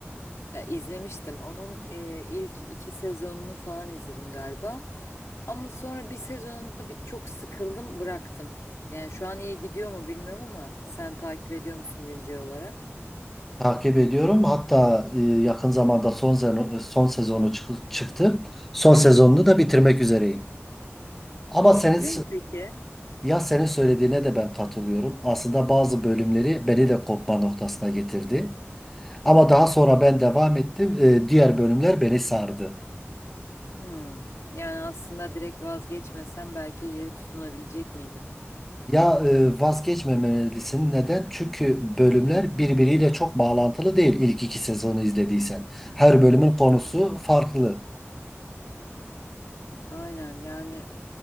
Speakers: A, on the left; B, in the centre.
A: Ya, izlemiştim. Onun e, ilk iki sezonunu falan izledim galiba. Ama sonra bir sezonunda bir çok sıkıldım, bıraktım. Yani şu an iyi gidiyor mu bilmiyorum ama sen takip ediyor musun güncel olarak?
B: Takip ediyorum. Hatta e, yakın zamanda son sezon son sezonu çık- çıktı. Son sezonunu da bitirmek üzereyim. Ama
A: İyi
B: senin
A: gidiyor mu peki?
B: ya senin söylediğine de ben katılıyorum. Aslında bazı bölümleri beni de kopma noktasına getirdi. Ama
A: Hı hı.
B: daha sonra ben devam ettim. Ee, diğer bölümler beni sardı.
A: Hmm. Yani aslında direkt vazgeçmesem belki yeri tutunabilecek miydim?
B: Ya e, vazgeçmemelisin. Neden? Çünkü bölümler birbiriyle çok bağlantılı değil ilk iki sezonu izlediysen. Her bölümün konusu farklı.
A: Aynen yani